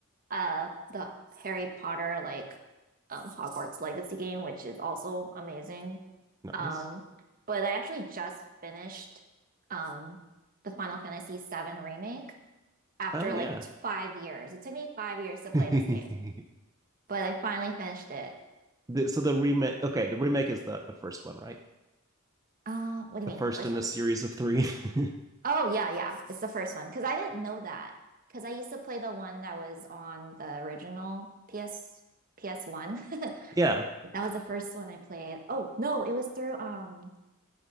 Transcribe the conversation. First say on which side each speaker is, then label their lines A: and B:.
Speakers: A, on the right (about 40°); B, on the right (about 15°).
A: uh the Harry Potter like um Hogwarts Legacy game, which is also amazing.
B: Nice.
A: Um, but I actually just finished um the Final Fantasy VII remake after
B: Oh yeah.
A: like five years. It took me five years to play
B: <laughs>
A: this game, but I finally finished it.
B: The, so the remake, okay, the remake is the the first one, right?
A: Uh, what do you
B: The first
A: mean, the first
B: in
A: one?
B: the series of three. <laughs>
A: Oh yeah, yeah. It's the first one because I didn't know that because I used to play the one that was on the original PS PS1. <laughs>
B: Yeah.
A: That was the first one I played. Oh no, it was through um